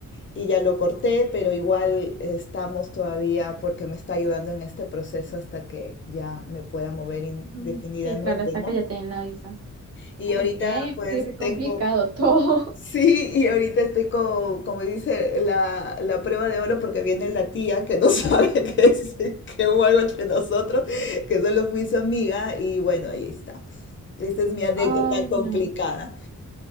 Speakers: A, on the left (about 40°); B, on the right (about 50°).
A: y ya lo corté, pero igual estamos todavía porque me está ayudando en este proceso hasta que ya me pueda mover indefinidamente,
B: Mm, Sí, claro, hasta
A: ¿no?
B: que ya te den la visa.
A: Y
B: Ok,
A: ahorita
B: qué
A: pues
B: re complicado
A: tengo,
B: todo.
A: Sí, y ahorita estoy co- como dice, la, la prueba de oro porque viene la tía que no <laughs> sabe que, es- que hubo algo entre nosotros, que solo fui su amiga y bueno, ahí estamos. Esta es mi anécdota
B: <laughs> Ay, no.
A: complicada.